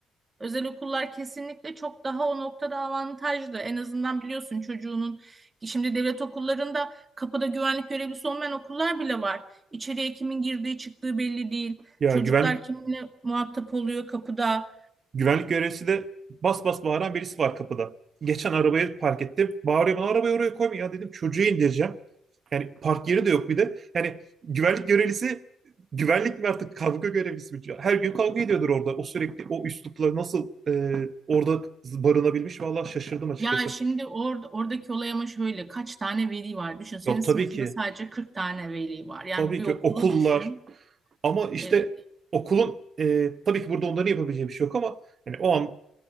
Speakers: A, on the right; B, on the right.
A: Özel okullar kesinlikle çok daha o noktada avantajlı. En azından biliyorsun çocuğunun şimdi devlet okullarında kapıda güvenlik görevlisi olmayan okullar bile var. İçeriye kimin girdiği çıktığı belli değil.
B: Ya
A: Çocuklar
B: güvenlik
A: kiminle muhatap oluyor kapıda.
B: Güvenlik görevlisi de bas bas bağıran birisi var kapıda. Geçen arabayı park ettim. Bağırıyor bana arabayı oraya koyma ya dedim çocuğu indireceğim. Yani park yeri de yok bir de. Yani güvenlik görevlisi güvenlik mi artık kavga görevlisi mi? Her gün kavga ediyordur orada. O sürekli o üslupla nasıl e, orada barınabilmiş vallahi şaşırdım açıkçası.
A: Ya şimdi or oradaki olay ama şöyle kaç tane veli var? Düşün senin
B: Yok
A: sınıfında
B: tabii ki.
A: sadece 40 tane veli var. Yani
B: Tabii
A: bir
B: ki
A: okulu
B: okullar
A: düşün.
B: ama işte
A: Ee,
B: okulun e, tabii ki burada onların yapabileceği bir şey yok ama yani o an